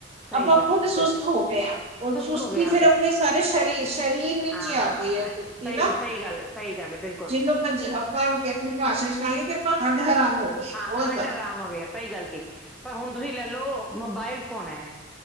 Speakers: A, in the centre; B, on the right.
A: ਸਹੀ
B: ਆਪਾਂ
A: ਗੱਲ
B: ਖੁਦ
A: ਹੈ
B: ਸੁਸਤ
A: ਬਿਲਕੁਲ
B: ਹੋ ਗਏ ਆਂ, ਓ
A: ਸੁਸਤ
B: ਸੁਸਤੀ
A: ਹੋ ਗਏ ਹਾਂ
B: ਫਿਰ
A: ਬਿਲਕੁਲ
B: ਅਪਨੇ ਸਾਰੇ ਸ਼ਰੀਰ, ਸ਼ਰੀਰ ਵਿੱਚ
A: ਹਾਂ
B: ਈ ਆ ਗਈ ਆ ਓ ਕੁੁਰਤੀ
A: ਸਹੀ
B: ਨਾ
A: ਸਹੀ ਗੱਲ ਹੈ ਸਹੀ ਗੱਲ ਹੈ ਬਿਲਕੁਲ
B: ਜਿਨੂੰ ਹਾਂਜੀ ਆਪਾਂ ਓ ਅਪਨੀ ਭਾਸ਼ਾ 'ਚ ਕਰਾਂਗੇ ਕਿ ਆਪਾਂ ਹਡ ਹਰਾਮ ਹੋ ਗਏ
A: ਹਾਂ
B: ਬਹੁਤ
A: ਹੱਡ
B: ਜ਼ਿਆਦਾ।
A: ਆਰਾਮ ਹੋ ਗਏ ਆਂ, ਸਈ ਗੱਲ ਕਈ ਪਰ ਹੁਨ ਤੁਸੀਂ ਲੈ ਲੋ ਮੋਬਾਇਲ ਫੋਨ ਐ।